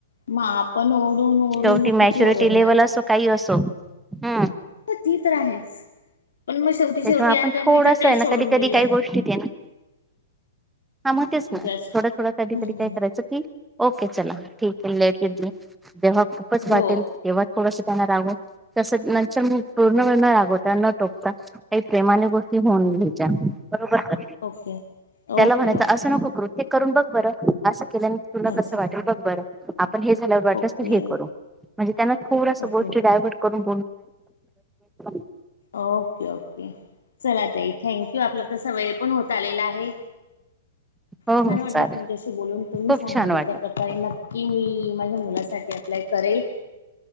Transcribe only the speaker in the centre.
शेवटी
मॅच्युरिटी
लेवल
असो, काही असो हम्म.
त्यांच्यामुळे
आपण
थोडस
आहे ना,
कधी कधी
काही गोष्टीत ए ना हा म तेच ना
थोडं थोडं कधी
कधी काय करायचं? की ओके चला ठीक आहे. लेट <unintelligible> जेव्हा खूपच
वाटेल तेव्हा थोडसं त्यांना रागून तस नतर म पुर्णवेळ न रागवता न टोकता काही प्रेमाने गोष्टी होऊन घ्यायच्या. बरोबर
त्याला म्हणायचं
असं नको
कृत्यक करून बघ बरं असशा केल्याने तुला
कसं वाटेल बघ बरं झाल्यावर हे वाटलंच
तर करू म्हणजे त्यांना थोडसं
गोष्टी डायव्हर्ट करून <unintelligible>
हो
हो
चालेल
खूप
छान वाटलं